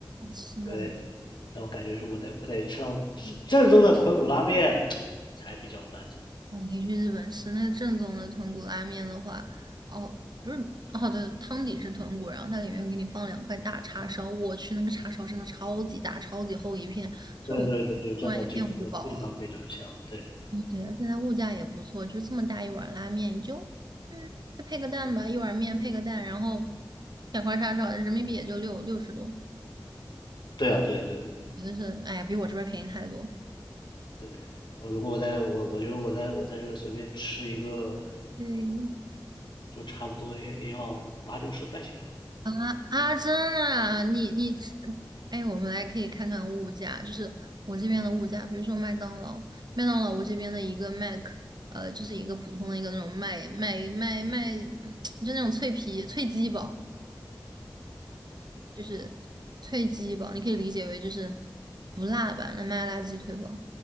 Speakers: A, on the right; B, on the left.
A: 是的，
B: 对，但我感觉是我得我得吃到正正宗的豚骨拉面才比较满足。
A: 哇，你可以去日本吃那正宗的豚骨拉面的话，哦，不是，哦，对，汤底是豚骨，然后它里面会给你放两块大叉烧。我去，那个叉烧真的超级大，超级厚一片，
B: 对对对，
A: 就我
B: 就真的就真的非常非常香。
A: 吃完一片我就饱了。
B: 对
A: 对对，而且它物价也不错，就这么大一碗拉面，你就嗯，再配个蛋吧，一碗面配个蛋，然后两块叉烧，人民币也就六六十多，
B: 对啊，对对对
A: 觉得是，哎呀，比我这边便宜太多。
B: 对。呃如果我在我我觉得我在我在这儿随便吃一个，
A: 对，
B: 就差不多也也要八九十块钱
A: 啊啊，真的啊，你你，哎，我们来可以看看物价，就是我这边的物价，比如说麦当劳，麦当劳我这边的一个 Mac，呃，就是一个普通的一个那种麦麦麦麦，嗯就那种脆皮脆鸡堡，就是脆鸡堡，你可以理解为就是不辣版的麦辣鸡腿堡。